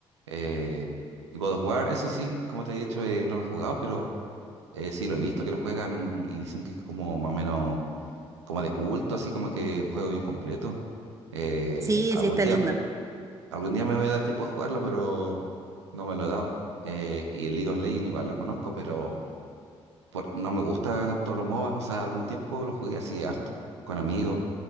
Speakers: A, on the right; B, on the right.
A: eh, God of War, ese sí, como te he dicho, eh, no lo he jugado, pero eh, sí lo he visto que lo juegan y dicen que es como más o menos como de culto, así como que un juego bien completo. Eh,
B: Sí,
A: algún
B: sí, está
A: día,
B: lindo.
A: algún día me voy a dar tiempo de jugarlo, pero no me lo he dado. Eh, y el League of Legends igual lo conozco, pero por- no me gusta tanto los MOBA, o sea, algún tiempo lo jugué así harto, con amigos